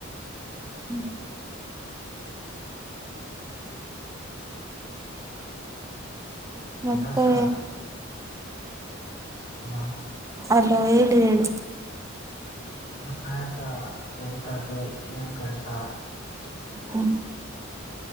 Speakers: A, on the right; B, on the left.
A: ಹ್ಮ <unintelligible>
B: ಹ
A: ಮತ್ತೆ
B: ಎಲ್ಲಸ <unintelligible>
A: ಅಲ್ಲ ಹೇಳಿ ಹೇಳಿ.
B: ತಮ್ಮ ಕಾಯಕ ಎಂತದ್ದು ಏನ್ ಕೆಲ್ಸ.
A: ಹ್ಮ